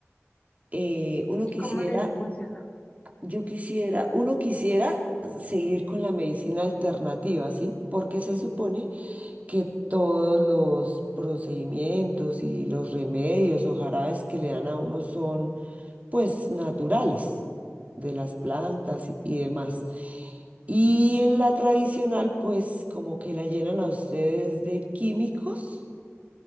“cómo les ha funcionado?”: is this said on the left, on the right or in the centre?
Left